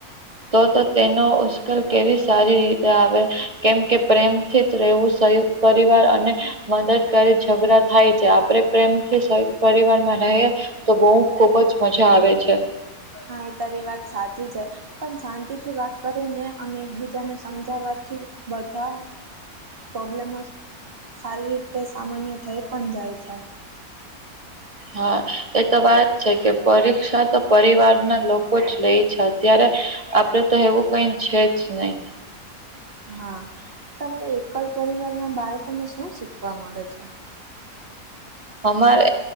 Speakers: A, on the right (about 25°); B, on the right (about 40°).
A: તો તો તેનો ઉશ્કેલ કેવી સારી રીતે આવે કેમ કે પ્રેમથી જ રહેવું સંયુક્ત. પરિવાર અને મદદ કરી ઝઘડા થાય છે આપે પ્રેમથી. પરિવાર માં રહે તો બહુ ખુબ જ મજા આવે છે.
B: હા એ તારી વાત સાચી છે. પણ શાંતિથી વાત કરીને અને એકબીજાને સમજાવવાથી બધા. પ્રોબ્લેમસ સારી રીતે સામાન્ય થઈ પણ જાય છે.
A: હા એ તો વાત છે કે પરીક્ષા તો પરિવારના લોકો. લોકો જ લઈ છે અત્યારે આપડે તો એવું કઈ છે જ નહી.
B: હા તમારે એકલ પરિવાર ના બાળકોને શું શીખવા મળે છે.
A: અમારે